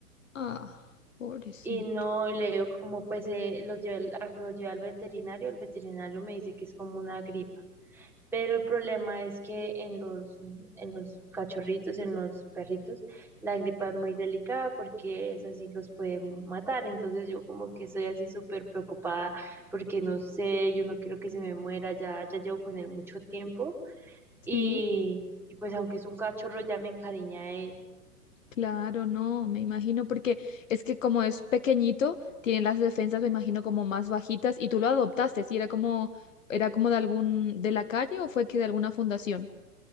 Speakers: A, on the left (about 55°); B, in the centre.
A: Ah, pobrecito.
B: Y no, y le digo como pues eh, lo llevé, al- a- lo llevé al veterinario, el veterinario me dice que es como una gripa. Pero el problema es que en los, en los cachorritos, en los perritos, la gripa es muy delicada porque es así los puede matar. Entonces yo como que estoy así súper preocupada porque no sé, yo no quiero que se me muera, ya, ya llevo con él mucho tiempo. Y,
A: Sí,
B: y pues aunque es un cachorro, ya me encariña a él.
A: claro, no, me imagino, porque es que como es pequeñito, tiene las defensas, me imagino, como más bajitas. Y tú lo adoptaste, ¿sí? Era como, era como de algún, de la calle o fue que de alguna fundación.